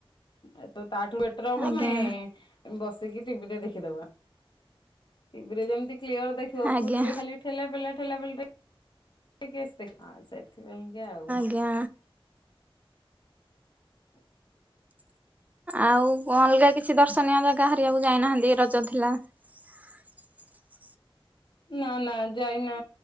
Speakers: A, on the left; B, on the right.
A: ଏ ତ ତାଠୁ ବେଟର ହବ
B: ଆଜ୍ଞା
A: ମୁଁ ବସିକି ଟିଭିରେ ଦେଖିଦବା ଟିଭିରେ ଯେମିତି କ୍ଲିୟର ଦେଖିବ
B: ଆଜ୍ଞା
A: ପୁରୀ ରେ ଖାଲି ଠେଲାପିଲା ଠେଲା ରେ କିଏସେ ଦେଖି ସେଥିପାଇଁ କା ଆଉ
B: ଆଜ୍ଞା
A: <unintelligible>
B: ଆଉ କଣ ଅଲଗା କିଛି ଦର୍ଶନୀୟ ଜାଗା ହାରିବାକୁ ଯାଇନାହାନ୍ତି ରଜ ଥିଲା। <unintelligible>
A: ନା ନା ଯାଇନା